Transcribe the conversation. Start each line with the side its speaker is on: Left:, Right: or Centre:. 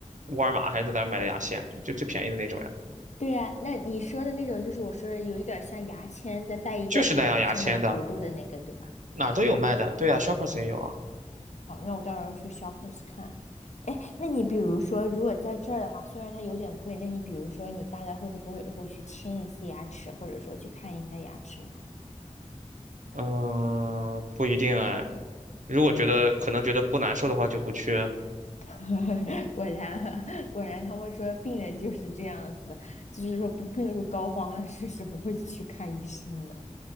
Right: 沃尔玛还是在哪儿买的牙线，就就最便宜的那种呀，
Left: 对呀，那你说的那种就是我说的有一点儿像牙签，再带一个耳朵上面的弧度的那个，
Right: 就是那样牙签的，
Left: 对吧？
Right: 哪儿都有卖的，对呀，Shoppers 也有啊，
Left: 好，那我到时候去 Shoppers 看。哎，那你比如说，如果在这儿的话，虽然它有点贵，那你比如说，你大概会多久会去清一次牙齿，或者说去看一下牙齿呢？
Right: 嗯，不一定哎，如果觉得可能觉得不难受的话就不去，
Left: <laughs> 果然啊，果然，他们说病人就是这样子的，就是说不病入膏肓了，<laughs> 是是不会去看医生的。